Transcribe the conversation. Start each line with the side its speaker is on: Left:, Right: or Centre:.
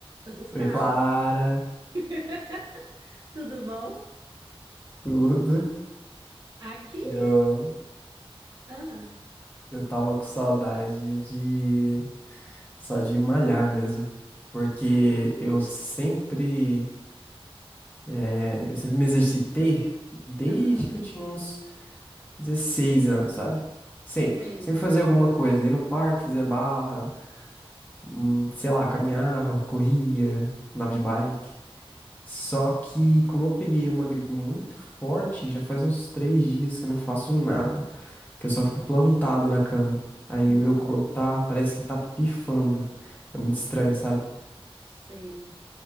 Right: Oi, Gustavo.
Left: Oi, Clara,
Right: <laughs> Tudo bom?
Left: tudo?
Right: Aqui?
Left: Eu,
Right: Ah,
Left: eu tava com saudade de só de malhar mesmo, porque eu sempre, é, eu sempre me exercitei desde
Right: aham,
Left: que eu tinha uns 16 anos, sabe? Sempre,
Right: sei.
Left: sempre fazia alguma coisa, ia no parque, fazia barra, hum, sei lá, caminhava, corria, andava de bike. Só que como eu peguei uma gripe muito forte, já faz uns três dias que eu não faço nada. que eu só fico plantado na cama. Aí
Right: Nossa,
Left: meu corpo tá, parece que tá pifando. É muito estranho, sabe?
Right: sei.